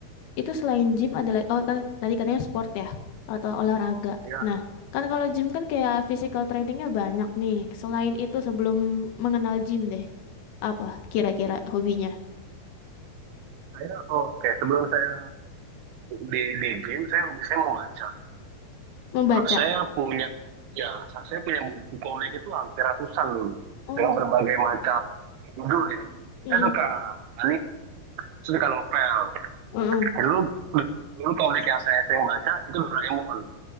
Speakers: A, on the left (about 75°); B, on the right (about 75°).
A: itu selain gym ada lagi oh kan tadi katanya sport ya atau olahraga.
B: Ya.
A: Nah, kan kalau gym kan kayak physical trainingnya banyak nih. Selain itu sebelum mengenal gym deh, apa kira-kira hobinya?
B: Saya, oh, oke. Sebelum saya di, di gym, saya, saya mau baca.
A: Membaca.
B: Saya punya, ya, saya punya buku komik itu hampir ratusan dulu.
A: Oh.
B: Dengan berbagai macam judul ya.
A: Mm-mm.
B: Saya suka, ini, saya suka novel.
A: Mm-mm.
B: Dulu, dulu, dulu komik yang saya sering baca itu Doraemon.